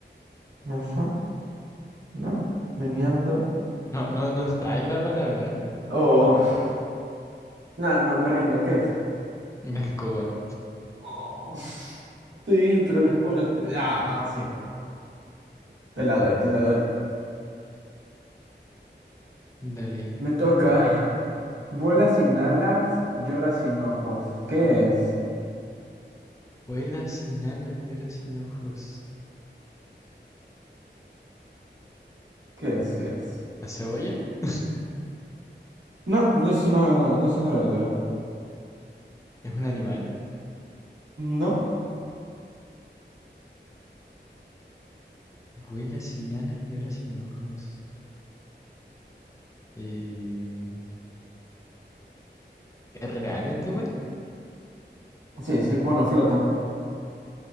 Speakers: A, on the right (about 80°); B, on the left (about 15°).
A: la sa no? Meneando.
B: no, no, no está en la palabra, ¿eh?
A: Oh, <laughs> no, no, me rindo, ¿qué es?
B: Una escoba.
A: Oh, sí, pero la escoba no te- Ah, ah, sí, bueno. Te la doy, te la doy.
B: Dale,
A: Me toca.
B: dale una.
A: Vuela sin alas, llora sin ojos. ¿Qué es?
B: Vuela sin alas y ora sin ojos.
A: ¿Qué es? ¿Qué es?
B: ¿La cebolla? <laughs>
A: No, no es una, no es una verdura.
B: ¿Es un animal?
A: No,
B: Vuela sin alas llora sin ojos. Eh, ¿es ¿realmente vuela?
A: Sí, sí, bueno, flota.